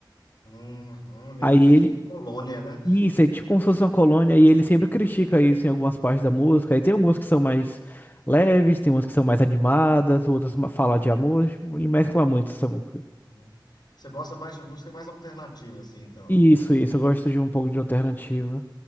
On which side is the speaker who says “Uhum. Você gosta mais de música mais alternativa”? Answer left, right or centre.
Left